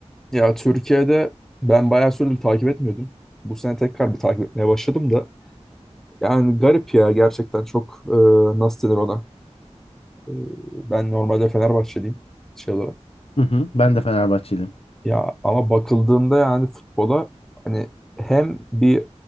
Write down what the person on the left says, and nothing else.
<laughs> Hı hı. Ben de Fenerbahçeliyim.